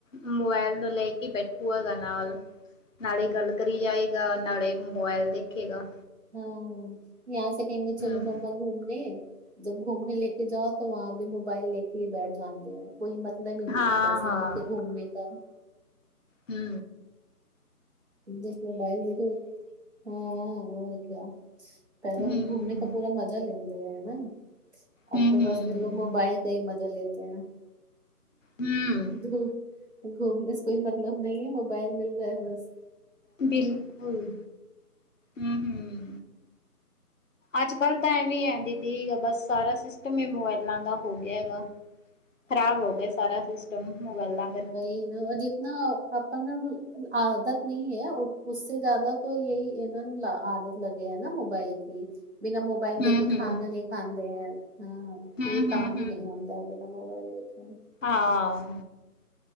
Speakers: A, on the left; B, on the right.
A: ਮੋਬਾਇਲ ਅਨੂ ਲੈ ਕੇ ਬੈਠੂਗਾ ਗ ਨਾਲ, ਨਾਲੇ ਗੱਲ ਕਰੀ ਜਾਏ ਦਾ, ਨਾਲੇ ਮੋਬਾਇਲ ਦੇਖੇਗਾ।
B: ਹਾਂ, ਯਹਾਂ ਸੇ ਕਹੇਂਗੇ ਚਲੋ
A: ਹੂੰ।
B: ਮਮਾ। ਘੁੰਮਣੇੇ, ਜਬ ਘੁੰਮੇਨੇ ਲੇ ਕੇ ਜਾਓ, ਤੋ ਵਹਾਂ ਭੀ ਮੋਬਾਈਲ ਲੇ ਕੇ ਹੀ ਬੈਠ ਜਾਣਦੇ ਹੈ। ਕੋਈ ਮਤਲਬ ਹੀ ਨਹੀਂ
A: ਹਾਂ
B: ਹੈਗਾ ਸੀ,
A: ਹਾਂ
B: ਇਨ ਲੋਗੋ ਕੇ ਘੁੰਮਨੇ ਕਾ।
A: ਹੂ
B: ਬਮ ਬਾਈਲ ਦੇ ਦੋ, ਹਾਂ ਹੋਰ ਕਯਾ। ਪਹਿਲਾਂ
A: ਹੂੰ।
B: ਹਮੇ ਘੁੰਮਣੇ ਕਾ ਪੂਰਾ ਮਜ਼ਾ ਲੇਨੇ ਦੇ, ਹੈਨਾ ਅਬ
A: ਹੂੰ-ਹੂੰ,
B: ਤੋ ਬਸ ਯੇ ਲੋਗ ਮੋਬਾਈਲ ਕਾ ਹੀ ਮਜ਼ਾ ਲੇਤੇ ਹੈਂ।
A: ਹੂੰ,
B: ਘੁੰਮਨ ਵਾਸਤੇ ਕੋਈ ਮਤਲਬ ਨਹੀਂ ਐ, ਮੋਬਾਈਲ ਮਿਲ ਜਾਏ ਬਸ।
A: ਬਿਲਕੁਲ ਹੂ ਹੂ ਅੱਜ ਕੱਲ ਟਾਈਮ ਨੀ ਹੈ, ਦੀਦੀ ਬਸ ਸਾਰਾ ਸਿਸਟਮ ਸਿਸਟਮ ਈ ਮੋਬਾਇਲਾਂ ਦਾ ਹੋ ਗਿਆ ਹੈਗਾ, ਖ਼ਰਾਬ ਹੋ ਗਿਆ ਸਾਰਾ ਸਿਸਟਮ, ਮੋਬਾਇਲਾਂ ਦਾ
B: ਵਹੀ ਨਾ, ਜਿਤਨਾ ਆਪਾਂ ਨਾ ਹੁਣ ਆਦਤ ਨਹੀਂ ਹੈ, ਉਸ ਸੇ ਜ਼ਿਆਦਾ ਇਹੀ ਇਹਨਾਂ ਨੂੰ ਆਦਤ ਲੱਗ ਆ ਨਾ, ਮੋਬਾਈਲ ਦੀ, ਬਿਨਾਂ ਮੋਬਾਈਲ ਮੋਬਾਈਲ
A: ਹੂੰ-ਹੂੰ,
B: ਦੇਖ ਕੇ ਖਾਣਾ ਨਹੀਂ ਖਾਂਦੇ ਹੈ, ਹਾਂ।
A: ਹੂੰ-ਹੂੰ,
B: ਕੋਈ ਕੰਮ ਹੀ ਨਹੀਂ ਹੁੰਦਾ ਐ, ਬਿਨਾਂ ਮੋਬਾਇਲ ਦੇਖਣ
A: ਆ ਆ